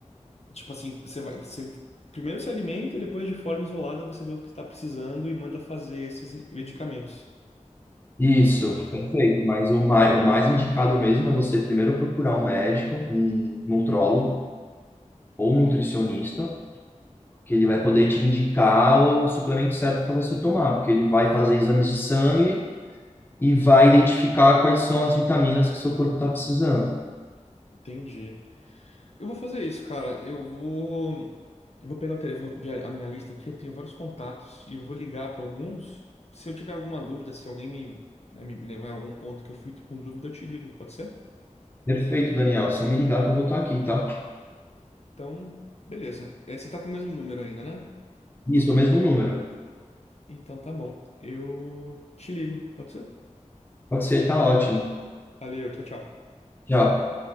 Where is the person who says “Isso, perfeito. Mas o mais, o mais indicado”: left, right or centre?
Left